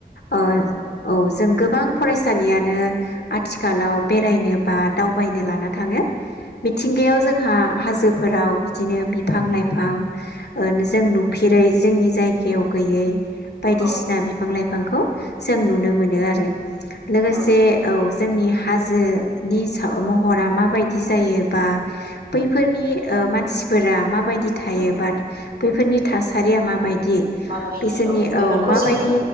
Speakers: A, on the left; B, on the right.
A: ओ
B: औ
A: औ जों गोबां फरायसालियानो आथिखालाव बेरायनो बा दावबायनो लाना थाङो। मिथिंगायाव जोंहा हाजोफोराव बिदिनो बिफां लाइफां ओ जों नुफेरै जोंनि जायगायाव गैयै बायदिसिना
B: औ
A: बिफां लाइफां बिफांखौ जों नुनो मोनो आरो।
B: औ
A: लोगोसे औ जोंनि हाजोनि सा महरा माबायदि जायोबा बै फोरनि ओ मानसिफोरा माबायदि थायो
B: औ
A: बाट बैफोरनि थासारिया माबायदि दि
B: माबायदि
A: बिसोरनि। औ
B: बेफोरखौ
A: माबायदि
B: जोङो